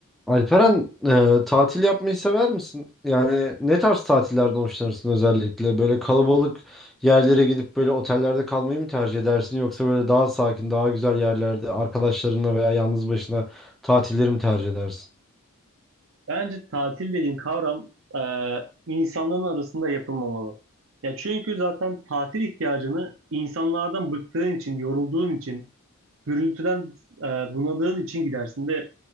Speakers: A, in the centre; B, on the right.
A: Alperen, e, tatil yapmayı sever misin? Yani ne tarz tatillerden hoşlanırsın özellikle? Böyle kalabalık yerlere gidip böyle otellerde kalmayı mı tercih edersin? Yoksa böyle daha sakin, daha güzel yerlerde arkadaşlarınla veya yalnız başına tatilleri mi tercih edersin?
B: Bence tatil dediğin kavram e, insanların arasında yapılmamalı. Ya çünkü zaten tatil ihtiyacını insanlardan bıktığın için, yorulduğun için, gürültüden e, bunadığın için gidersin de